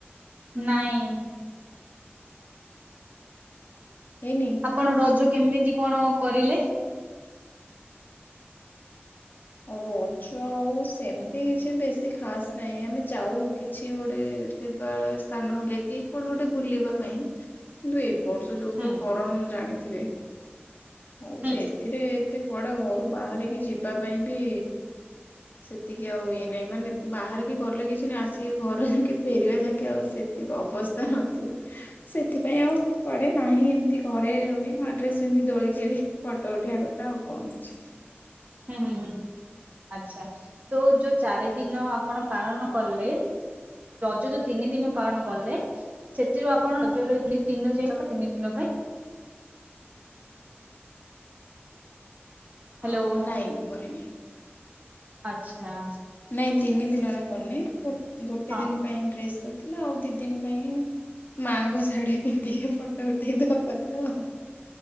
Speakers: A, on the right; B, on the left.
A: ନାଇଁ।
B: ହେଇନି?
A: ଆପଣ ରଜ କେମିତି କଣ କରିଲେ?
B: ରଜ ଆଉ ସେମିତି କିଛି ବେଶୀ ଖାସ୍ ନାହିଁ ଆମେ ଯାଉ କିଛି ଗୋଟେ ତିର <unintelligible> ସ୍ଥାନ ଲେଇ କି କୁଆଡ଼େ ଗୋଟେ ବୁଲିବା ପାଇଁ? କିନ୍ତୁ ଏଇ ବର୍ଷ ଯୋଉ
A: ହୁଁ
B: ତ ଗରମ ଜାଣିଥିବେ ହଉ
A: ହୁଁ
B: ସେ ଥିରେ ଏତେ କୁଆଡେ଼ ଘରୁ ବାହାରିକି ଯିବା ପାଇଁ ବି ସେତିକି ଆଉ ଇଏ ନାହିଁ ମାନେ ବାହାରିକି ଗଲେ କିଛି ନାହିଁ ଆସିକି ଘରେ ଯାଇକି ଫେରିବା ଯାଇକି ଆଉ ସେ ତିକୀ ଅବସ୍ଥା ନଥିବ। ସେଥିପାଇଁ ଆଉ କୁଆଡ଼େ ନାହିଁ ଏମିତି ଘରେ ରହି ନୂଆ ଡ୍ରେସ ପିନ୍ଧି ଦୋଳି ଖେଳି। ଫଟୋ ଉଠେଇବା କଥା ଆଉ କଣ ଅଛି।
A: ହୁଁ ହୁଁ ହୁଁ ହୁଁ। ଆଚ୍ଛା ତୋଉ ଯୋଉ ଚାରି ଦିନ ଆପଣ ପାଳନ କଲେ ରଜ ଯୋଉ ତିନି ଦିନ ପାଳନ କଲେ ସେଥିରୁ ଆପଣ ରଜର ତିନି ଦିନ ଯାକ ତିନି ଦିନ ପାଇଁ ହ୍ୟାଲୋ
B: ଆଉ ନାଇଁ କରିନି।
A: ଆଚ୍ଛା।
B: ନାଇଁ ତିନି ଦିନର କରିନି ଗୋଟେ
A: ହଁ
B: ଦିନ ପାଇଁ ଡ୍ରେସ କରିଥିଲି ଆଉ ଦି ଦିନ ପାଇଁ ମାଆଙ୍କ ଶାଢୀ ପିନ୍ଧିକି ଫଟୋ ଉଠେଇଦବା କଥା ଆଉ